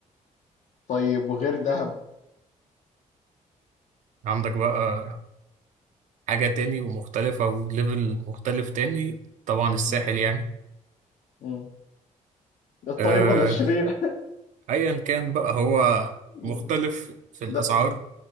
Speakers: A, on the left (about 60°); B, on the right (about 65°).
A: طيب وغير دهب
B: عندك بقى حاجه تاني ومختلفه وليفل مختلف تاني طبعا الساحل
A: مم.
B: يعني
A: مم. الطيب
B: آه،
A: ولا الشرير
B: ايا كان بقى هو
A: مم.
B: مختلف في الاسعار
A: د-